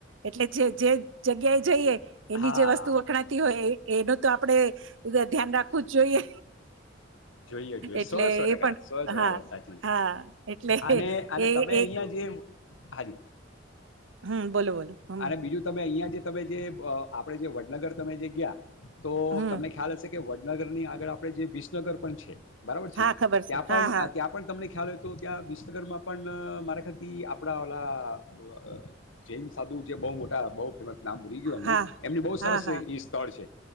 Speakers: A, on the right (about 80°); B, on the left (about 90°).
A: એટલે જે જે જગ્યા એ જઈએ
B: હા
A: એની જે વસ્તુ વખણાતી હોય એ એનું તો આપણેે ધ્યાન રાખવું જ જોઈએ
B: જોઈએ જોઈએ
A: એટલે
B: સોળસો
A: એ
B: ટકા
A: પણ
B: સોળસો ટકા
A: હા
B: વાત સાચી
A: હા એટલે
B: અને અને
A: એ
B: તમે
A: એક
B: અહિયાં જે હાજી
A: હમ બોલો બોલો હમ
B: અને બીજું તમે અહિયાં જે તમે જે આપડે જે વડનગર તમે જે ગયા તો
A: હમ
B: તમને ખ્યાલ હશે કે વડનગરની આગળ આપણે જે વિસનગર પણ છે બરાબર છે
A: હા ખબર
B: ત્યાં
A: છે હા
B: પણ
A: હા
B: ત્યાં પણ તમને ખ્યાલ હોય તો ત્યાં વિસનગરમાં પણ મારા ખાતી આપણા ઓલા જેમસ સાધું જે બહુ મોટા બહુ ફેમસ નામ ભૂલી ગયું એમનું
A: હા
B: એમની બહુ
A: હા
B: સરસ
A: હા
B: એ સ્થળ છે